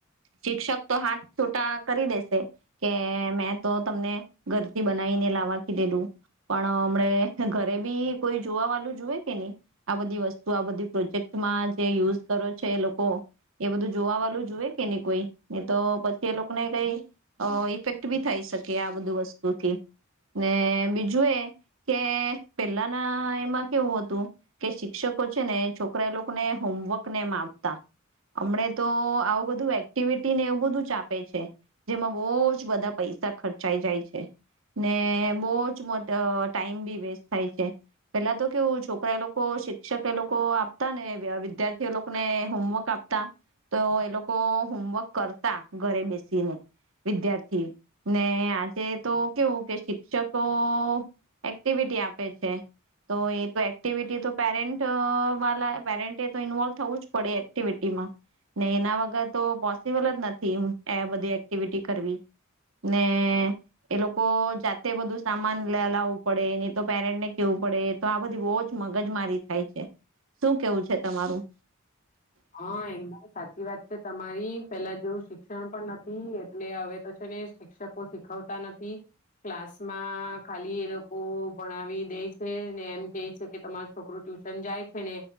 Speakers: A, on the right; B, on the left.
A: શિક્ષક તો હાથ છોટા કરી દેશે કે મેં તો તમને ઘરથી બનાવીને લાવવા કીધેલું પણ અમને ઘરે બી કોઈ જોવા વાળું જુએ કે નહી આ બધી વસ્તુ આ બધી પ્રોજેક્ટમાં જે યુઝ કરો છે, લોકો એ બધું જોવા વાળું જુએ કે નહી કોઈ. એ તો પ તે લોકોને કઈ ઇફેક્ટ બી થઈ શકે આ બધું વસ્તુથી ને બીજું એ કે પેલા ના એમાં કેવું હતું કે શિક્ષકો છે, ને છોકરા એ લોકોને હોમવર્ક ને એમ આપતા હમને તો આવું બધું એક્ટિવિ ને એવું બધું જ આપે છે, જેમાં બો જ બધા પૈસા ખર્ચાઈ જાય છે, ને બો જ મોટ ટાઈમ બી વેસ્ટ થાય છે, પેલા તો કેવું છોકરા એ લોકો શિક્ષક એ લોકો આપતા ને વિદ્યાર્થી એ લોકોને હોમવર્ક આપતા તો એ લોકો હોમવર્ક તા ઘરે બેસી ને. વિદ્યાર્થી ને આજે તો કેવું કે શિક્ષકો એક્ટિવિટી આપે છે, તો એ તો એક્ટિવિટી તો પેરેન્ટ વા પેરેન્ટ તો ઇન્વોલ્વ થવું જ પડે એક્ટિવિટીમાં ને એના વગર તો પો પોસિબલ જ નથી, હુ એ બધી એક્ટ એકિવિ કરવી ને એ લોકો જાતે બધું સામાન લા લાવું પડે ને તો પેરેન્ટ ને કેવું પડે તો આ બધી બો જ મગજ મારી થાય છે, શું કેવું છે, તમારું.
B: હા એકદમ સાચી વાત છે, તમારી પેલા જેવું શિક્ષણ પણ નથી એટલે હવે તો છે, ને શિક્ષકો શીખવતા નથી ક્લાસમાં ખાલી એ લોકો ભણાવી દે છે ને એમ કે છે કે તમારું છોકરું ટ્યુશન જાય છે, ને